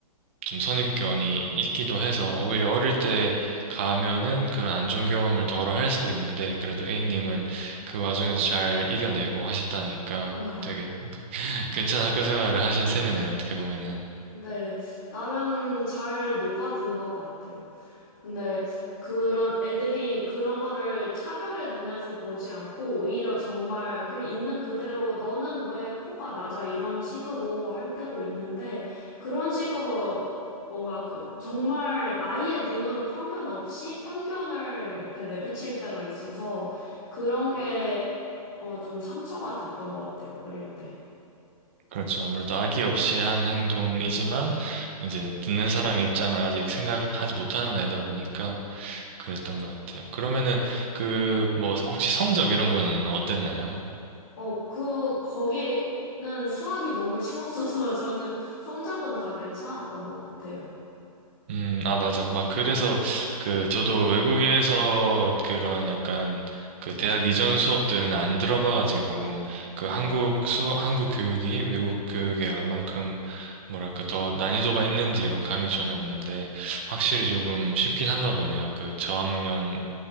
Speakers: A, on the right; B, on the left.
A: 좀 선입견이 있기도 해서 오히려 어릴 때 가면은 그런 안 좋은 경험을 덜어 할 수도 있는데 그래도 A님은 그 와중에서 잘 이겨내고 하셨다니까
B: <laughs>
A: 되게 <laughs> 괜찮은 학교 생활을 하신 셈이네요, 어떻게 보면은.
B: 근데 나름 잘 녹아든 것 같아요. 근데 그런 애들이 그런 거를 차별의 눈에서 보지 않고 오히려 정말 그냥 있는 그대로 너는 왜 코가 낮아 이런 식으로 할 때도 있는데 그런 식으로 뭔가 그 정말 아이의 눈으로 편견 없이 편견을 이렇게 내비칠 때가 있어서 그런 게 어, 좀 상처가 됐던 것 같아요, 어릴 때.
A: 그렇죠. 아무래도 악의 없이 한 행동이지만 이제 듣는 사람 입장을 아직 생각하지 못하는 나이다 보니까 그랬던 것 같아요. 그러면은 그 뭐 혹시 성적 이런 거는 어땠나요?
B: 어, 그, 거기는 수학이 너무 쉬웠어서 <laughs> 저는 성적은 다 괜찮았던 것 같아요.
A: 음, 아, 맞아. 막, 그래서, 그, 저도 외국에서 그런 약간, 그, 대학 이전 수업들은 안 들어봐가지고, 그,
B: 네.
A: 한국 수, 한국 교육이 외국 교육에 얼만큼, 뭐랄까, 더 난이도가 있는지 이런 감이 전혀 없는데, 확실히 조금 쉽긴 한가 보네요. 그, 저학년